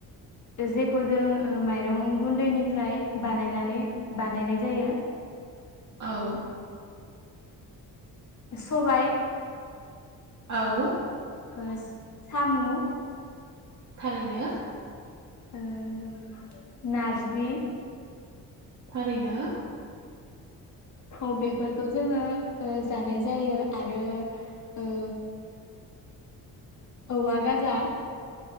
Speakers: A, on the left (about 50°); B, on the right (about 55°).
A: जेखौ जों ओ माइरं गुन्दैनिफ्राय बानायनानै बानायनाय जायो।
B: औ
A: ओ सबाय
B: औ
A: ओस सामु
B: थारैनो।
A: ओ नारजि
B: थारैनो।
A: औ बेफोरखौ जोङो ओ जानाय जायो आरो ओ औवा गाजा